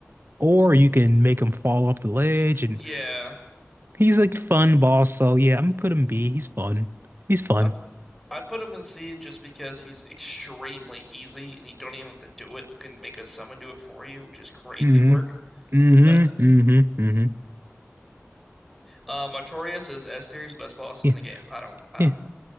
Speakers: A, on the right; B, in the centre.
A: Or you can make him fall off the ledge,
B: Y-
A: and
B: Yeah,
A: he's like fun boss. So yeah, I'm gonna put him B. He's fun. He's fun.
B: I I put him in C just because he's extremely easy and you don't even have to do it. You can make a summon do it for you, which is crazy
A: hmm
B: work.
A: hmm
B: But
A: hmm hmm
B: uh, Artorias is S tier, he's best boss in
A: Yeah.
B: the game. I don't um
A: Yeah.